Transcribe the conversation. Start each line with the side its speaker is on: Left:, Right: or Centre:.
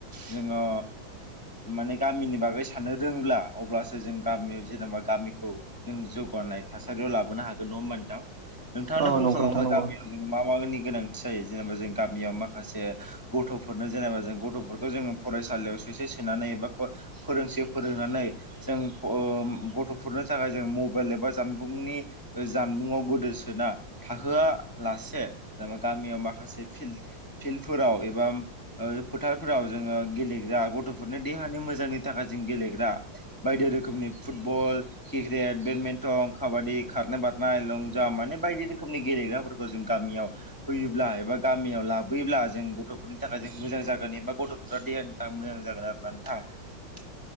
Left: जोङो माने गामिनि बागै साननो रोङोब्ला अब्लासो जों गामियाव जेनेबा गामिखौ जों जौगानाय थासारियाव लाबोनो हागोन नङा होमबा नोंथां? नोंथाङानो
Right: औ
Left: बुंखा
Right: नंगौ
Left: लांबाय
Right: नोंथां नंगौ
Left: गामि <unintelligible> मा मा नि गोनांथि जायो जेनेबा जों गामियाव माखासे गथ'फोरनो जेनेबा जों गथ'फोरखौ जों फरायसालियाव सोसे सोनानै एबा फ फोरोंसे फोरोंनानै जों अ गथ'फोरनो थाखाय जों मबाइल एबा जानबुंनि ओ जानबुंआव गोदोसोना थाहोआ लासे जेनेबा गामियाव माखासे फिल्द फिल्दफोराव एबा ओ फोथारफोराव जोङो गेलेग्रा गथ'फोरनि देहानि मोजांनि थाखाय जों गेलेग्रा बायदि रोखोमनि फुटबल क्रिकेट, बेडमिन्टन, काबादि, खारनाय बारनाय, लं जाम माने बायदि रोखोमनि गेलेग्राफोरखौ जों गामियाव होयोब्ला एबा गामियाव लाबोयोब्ला जों गथ'फोरनि थाखाय जों मोजां जागोन एबा गथ'फोरा देहा नि थाखाय मोजां जागोन आरो ना नोंथां।
Right: <unintelligible>